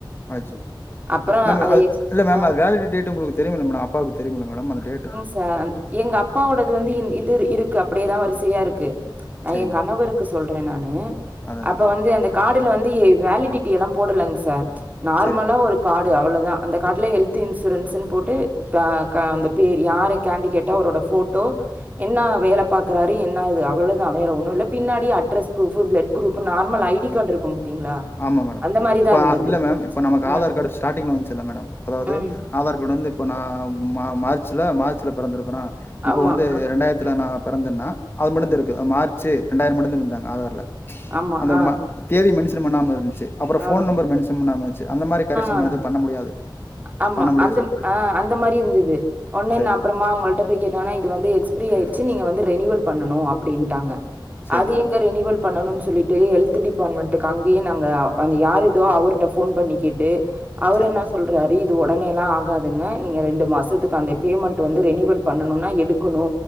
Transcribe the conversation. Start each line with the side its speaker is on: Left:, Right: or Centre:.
Left: ஆச்சு
Right: அப்புறோ
Left: மேம்
Right: அத
Left: அது
Right: எக்ஸ்
Left: இல்ல மேம்
Right: ஆ
Left: அது வேலிட்டி டேட்டு உங்களுக்கு தெரியுமில்ல மேடம் அப்பாவுக்கு தெரியுமில்ல மேடம் அந்த டேட்டு
Right: சா எங்க அப்பாவோடது வந்து இது இருக்கு அப்பிடியேதா வரிசையா இருக்கு நா
Left: சரிங்க
Right: என்
Left: மேடம்
Right: கணவருக்கு சொல்றே நானு
Left: அதான்
Right: அப்ப
Left: அதான் அதான்
Right: வந்து அந்த கார்டுல வந்து எ வேலிடிட்டி எல்லா போடலேங்க சார் நார்மலா
Left: சரிங்க
Right: ஒரு கார்டு அவ்வளோதா அந்த கார்ட்ல ஹெல்த் இன்ஸ் இன்சூரன்ஸ்னு போட்டு த கா அந்த பேரு யாரு காண்டிகேட்டா அவரோட ஃபோட் என்னா வேல பார்க்கறாரு என்ன இது அவ்வளவுதா வேற ஒன்னும் இல்ல பின்னாடி address proof blood group normal I D card இருக்கும் பாத்தீங்களா
Left: ஆமா மேடம்
Right: அந்த மாரி
Left: இப்ப
Right: தான் இருந்தது.
Left: இல்ல மேம் இப்ப நமக்கு
Right: அ,
Left: ஆதார் கார்டு ஸ்டார்டிங்ல வந்துச்சு இல்ல மேடம் அதாவது
Right: ம்.
Left: ஆதார் கார்டு வந்து இப்போ நான் ம மார்ச்சில மார்ச்சில பிறந்திருக்கனா இப்போ
Right: ஆமா.
Left: வந்து
Right: அ,
Left: ரெண்டாயிரத்துல நா பிறந்தேன்னா அது மட்டுந்தா இருக்கு மார்ச்சு ரெண்டாயிரம் மட்டுந்தா இருந்தாங்க ஆதார்ல
Right: ஆமா.
Left: அந்த
Right: அ,
Left: மா தேதி மென்ஷன் பண்ணாம இருந்துச்சு அப்புற
Right: அ,
Left: ஃபோன் நம்பர் மென்ஷன் பண்ணாம இருந்துச்சு அந்த மாதிரி கரெக்ஷன்
Right: ஆ.
Left: பண்ணது பண்ண முடியாது
Right: ஆமா
Left: பண்ண முடியாது
Right: அந்த
Left: சுத்தி
Right: ஆ அந்த மாரி இருந்தது ஒடனே
Left: சரி
Right: நா அப்புறமா
Left: மேடம்.
Right: அவங்கள்ட்ட போய் கேட்ட ஒடனே இது வந்து எக்ஸ்பிரி ஆயிருச்சு நீங்க வந்து ரெனிவல் பண்ணனு அப்பிடின்ட்டாங்க
Left: சரிங்க
Right: அது எங்க
Left: மேடம்.
Right: ரெனிவல் பண்ணனும்னு சொல்லிட்டு ஹெல்த் டிபார்ட்மெண்ட் ட்டுக்கு அங்கேய நாங்க அந்த யாரு இதோ அவர்ட்ட ஃபோன் பண்ணி கேட்டு அவர்
Left: சரிங்க
Right: என்ன
Left: மேம்.
Right: சொ அது இது ஒடனே எல்லா ஆகாதுங்க நீங்க ரெண்டு மாசத்துக்கு அந்த பேமெண்ட் வந்து ரெனிவல் பண்ணணுனா எடுக்கணு